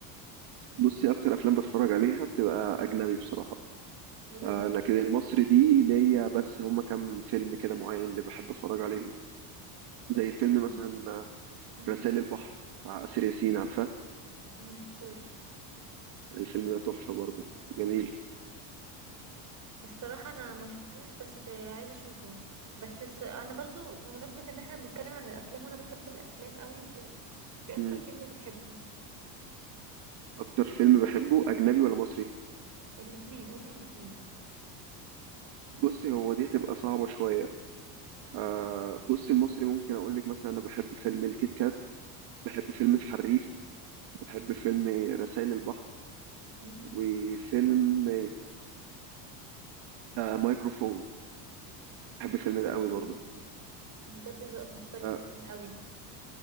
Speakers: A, on the right; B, on the right.
A: بصي اكتر افلام بتفرج عليها بتبقى اجنبي بصراحة
B: بجد
A: آه لكن المصري دي ليا بس هما كام فيلم كده معين اللي بحب اتفرج عليهم زي
B: ببص
A: فيلم
B: ما
A: مثلا آه،
B: مم.
A: رسائل البحر بتاع آسر ياسين عارفاه
B: ما شفتوش
A: الفيلم ده تحفة برضه جميل
B: الصراحة انا ما شفتوش بس عايزة اشوفه بس الس- انا برضو بمناسبة ان احنا بنتكلم عن الافلام وانا بحب الافلام قوي وكده في اكتر
A: مم.
B: فيلم بتحبه
A: اكتر فيلم بحبه اجنبي ولا مصري
B: الاتنين قولي الاتنين
A: بصي هو دي هتبقى صعبة شوية آه بص المصري ممكن اقول لك مثلا انا بحب فيلم الكيت كات
B: مم؟
A: بحب فيلم الحريف بحب فيلم رسائل البحر
B: مم.
A: وفيلم آه مايكروفون بحب الفيلم ده قوي
B: امم
A: برضه
B: بجد ذوقك مختلف
A: آه
B: قوي